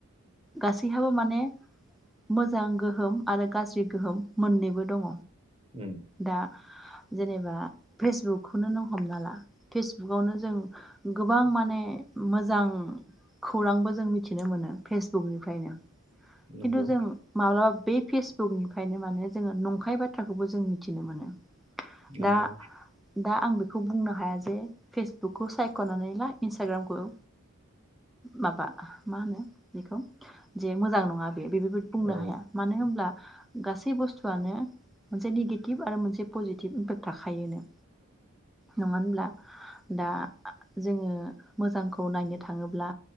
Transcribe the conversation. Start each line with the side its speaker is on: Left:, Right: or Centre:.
Centre: गासैहाबो माने मोजां गोहोम आरो गाज्रि गोहोम मोननैबो दङ।
Right: उम
Centre: दा जेनेबा फेसबुकखौनो नों हमना ला फेसबुकावनो जों गोबां माने मोजां खौरांबो जों मिथिनो मोनो फेसबुकनिफायनो
Right: नंगौ
Centre: खिन्थु जों माब्लाबा बे फेसबुकनिफायनो माने जोङो नंखाय बाथ्रा खौबो जों मिथिनो मोनो।
Right: नंगौ
Centre: दा दा आं बेखौ बुंनो हाया जे फेसबुकखौ सायख'नानै ला इन्सटाग्रामखौ माबा मा होनो बेखौ जे मोजां नङ बेबो बुंनो
Right: औ
Centre: हाया मानो होनब्ला गासै बुस्थुआनो मोनसे निगेटिभ आरो मोनसे पजिटिभ इम्पेक्ट थाखायोनो। नङा होनब्ला दा जोङो मोजांखौ नायनो थाङोब्ला